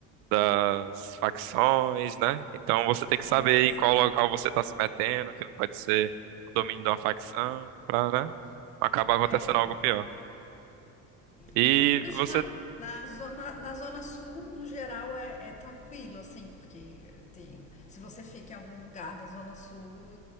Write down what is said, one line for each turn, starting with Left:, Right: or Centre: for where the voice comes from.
Right: das facções, né? Então você tem que saber
Left: é essa
Right: em qual
Left: coisa
Right: local
Left: toda.
Right: você está se metendo, que não pode ser o domínio de uma facção, pra, né? não Acabar acontecendo
Left: É,
Right: algo pior. E
Left: É, no
Right: você
Left: geral, na zona, na zona sul, no geral, é, é tranquilo, assim, porque tem, se você fica em algum lugar da zona sul,